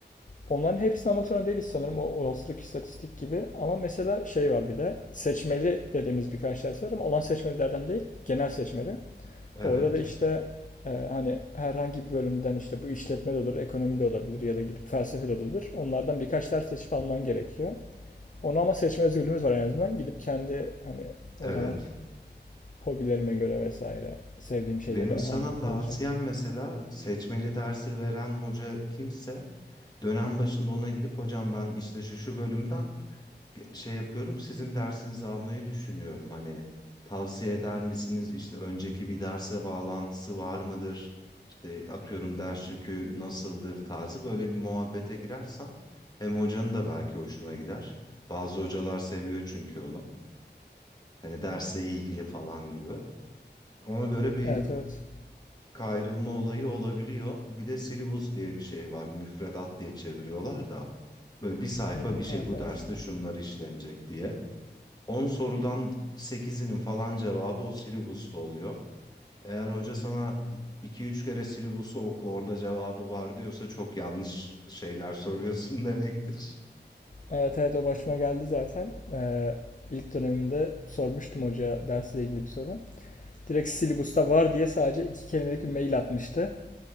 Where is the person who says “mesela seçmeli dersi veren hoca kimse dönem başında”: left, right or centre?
Left